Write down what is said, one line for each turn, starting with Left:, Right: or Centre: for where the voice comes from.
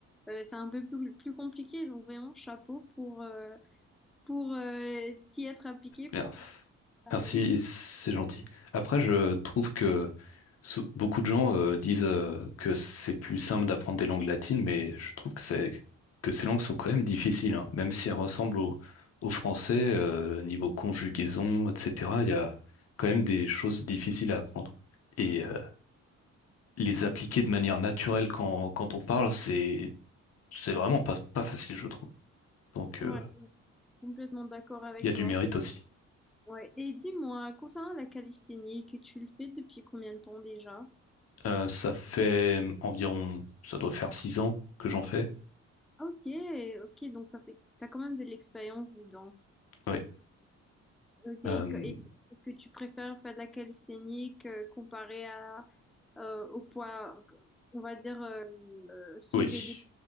Centre: euh, c'est un peu plus, plus compliqué. Donc, vraiment, chapeau pour, euh, pour euh, t'y être appliqué pour
Left: Merci.
Centre: cette
Left: Merci,
Centre: année.
Left: c'est gentil. Après, je trouve que sou- beaucoup de gens euh, disent euh, que c'est plus simple d'apprendre des langues latines, mais je trouve que c'est que ces langues sont quand même difficiles, hein. Même si elles ressemblent au, au français, euh, niveau conjugaison, etc. Il y a quand même des choses difficiles à apprendre. Et euh, les appliquer de manière naturelle quand, quand on parle, c'est c'est vraiment pas, pas facile, je trouve. Donc,
Centre: Ouais,
Left: euh,
Centre: complètement d'accord avec
Left: il y a
Centre: toi.
Left: du mérite aussi.
Centre: Ouais. Et dis-moi, concernant la calisthénie, que tu le fais depuis combien de temps déjà?
Left: Euh, ça fait environ, ça doit faire six ans que j'en fais.
Centre: Ok, ok, donc ça fait, t'as quand même de l'expérience dedans.
Left: Oui.
Centre: Ok, et
Left: Euh,
Centre: que- et est-ce que tu préfères faire de la calisthénie que- comparé à, euh, au poids, on va dire, euh, euh, soulever
Left: oui.
Centre: des...